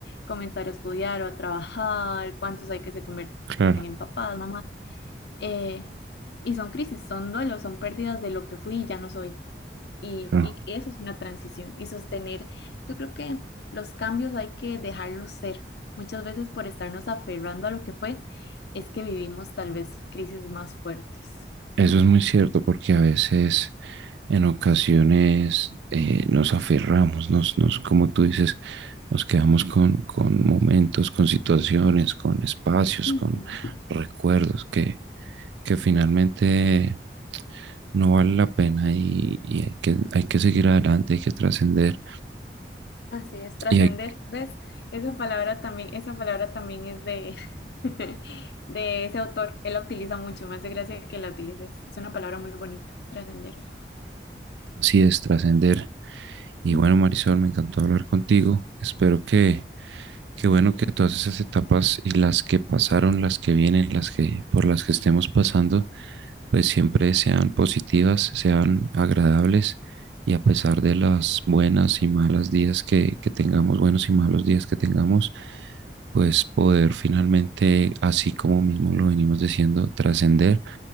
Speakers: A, on the left (about 70°); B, on the right (about 85°).
A: comenzar a estudiar o a trabajar, cuántos hay que se convierten
B: claro,
A: en papás, mamás. eh, y son crisis, son duelos, son pérdidas de lo que fui y ya no soy. Y,
B: claro.
A: y eso es una transición y sostener. Yo creo que los cambios hay que dejarlos ser. Muchas veces por estarnos aferrando a lo que fue, es que vivimos tal vez crisis más fuertes.
B: Eso es muy cierto porque a veces, en ocasiones, eh, nos aferramos, nos, nos, como tú dices, nos quedamos con, con momentos, con situaciones, con espacios,
A: Ujú.
B: con recuerdos que, que finalmente no vale la pena y, y hay que, hay que seguir adelante, hay que trascender
A: Así es, trascender.
B: y hay-
A: ¿Ves? Esa palabra también, esa palabra también es de, <laughs> de ese autor. Él la utiliza mucho. Me hace gracia que la utilices. Es una palabra muy bonita, trascender.
B: así es trascender. Y
A: Ujú,
B: bueno, Marisol, me encantó hablar contigo. Espero que Qué bueno que todas esas etapas y las que pasaron, las que vienen, las que por las que estemos pasando, pues siempre sean positivas, sean agradables y a pesar de las buenas y malas días que, que tengamos, buenos y malos días que tengamos, pues poder finalmente, así como mismo lo venimos diciendo, trascender,